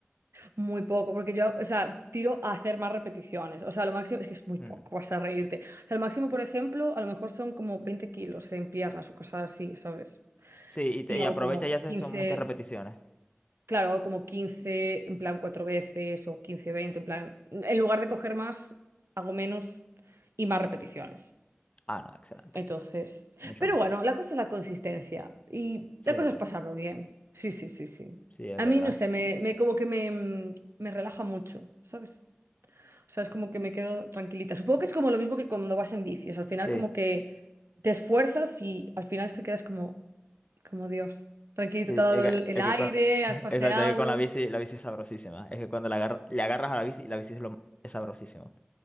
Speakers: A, on the right; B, on the left.
A: muy poco, porque yo, o sea, tiro a hacer más repeticiones. O sea, lo máximo es que es muy poco,
B: Mm.
A: <laughs> vas a reírte. O sea, lo máximo, por ejemplo, a lo mejor son como 20 kilos en piernas o cosas así, ¿sabes?
B: Sí, y, te-
A: Y
B: y
A: hago
B: aprovecha
A: como
B: y haces
A: quince
B: son muchas repeticiones.
A: claro, hago como 15 en plan cuatro veces o 15 20 en plan, en lugar de coger más, hago menos y más repeticiones.
B: Ah, no, excelente.
A: Entonces,
B: Mucho
A: pero
B: mejor.
A: bueno, la cosa es la consistencia y
B: Sí,
A: la
B: es
A: cosa
B: verdad.
A: es pasarlo bien. Sí, sí, sí, sí.
B: Sí, es
A: A
B: verdad.
A: mí, no sé, me, me- como que me, mm, me relaja mucho, ¿sabes? O sea, es como que me quedo tranquilita. Supongo que es como lo mismo que cuando vas en bici. O sea, al final
B: Sí,
A: como que te esfuerzas y al final te quedas como, como Dios. Tranquilito,
B: sí,
A: te ha dado
B: es que,
A: el, el
B: es
A: aire,
B: que con, <laughs>
A: has paseado.
B: exacto, es que con la bici, la bici es sabrosísima. Es que cuando la agar- le agarras a la bici, la bici es, lo, es sabrosísima.